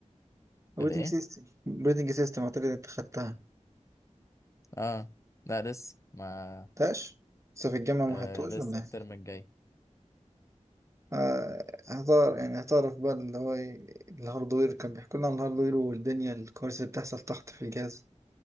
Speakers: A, on the right; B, on the left.
A: اوبريتنج
B: كده ايه
A: سيستم اوبريتنج سيستم اعتقد انت خدتها
B: اه لا لسه ما
A: تاش لسه في الجامعه ما
B: آه
A: خدتوش
B: لسه
A: ولا إيه؟
B: الترم الجاي
A: آه، هزار يعني هزار في بال اللي هو إيه، الهاردوير كان بيحكوا لنا عن الهاردوير والدنيا الكوارث اللي بتحصل تحت في الجهاز